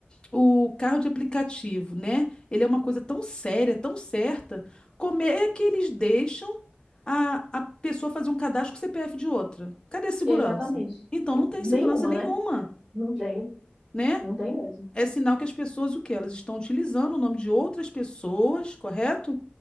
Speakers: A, on the left; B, on the right.
A: o carro de aplicativo, né? Ele é uma coisa tão séria, tão certa, como é que eles deixam a, a pessoa fazer um cadastro com o CPF de outra? Cadê a segurança?
B: Exatamente.
A: Então não tem
B: Nenhuma,
A: segurança nenhuma
B: né? Não tem.
A: né?
B: Não tem mesmo.
A: É sinal que as pessoas, o quê? Elas estão utilizando o nome de outras pessoas, correto?